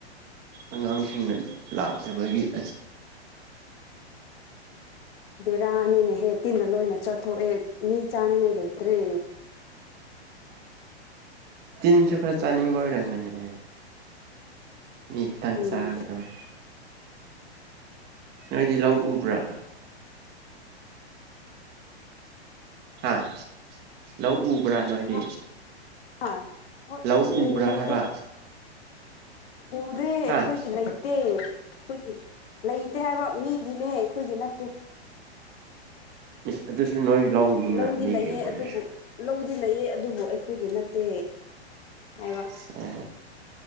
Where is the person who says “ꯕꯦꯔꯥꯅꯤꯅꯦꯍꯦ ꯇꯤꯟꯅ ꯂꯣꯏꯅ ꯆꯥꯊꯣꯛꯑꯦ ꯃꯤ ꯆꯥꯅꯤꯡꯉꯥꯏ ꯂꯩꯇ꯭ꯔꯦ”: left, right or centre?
Left